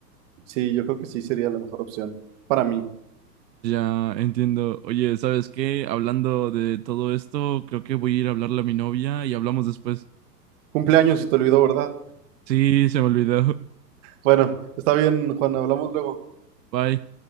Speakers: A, on the right; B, on the right.
A: sí, yo creo que sí sería la mejor opción para mí.
B: Ya, entiendo. Oye, ¿sabes qué? Hablando de todo esto, creo que voy a ir a hablarle a mi novia y hablamos después.
A: Cumpleaños si te olvidó, ¿verdad?
B: Sí, se me olvidó.
A: Bueno, está bien, Juan, hablamos luego.
B: <laughs> Bye.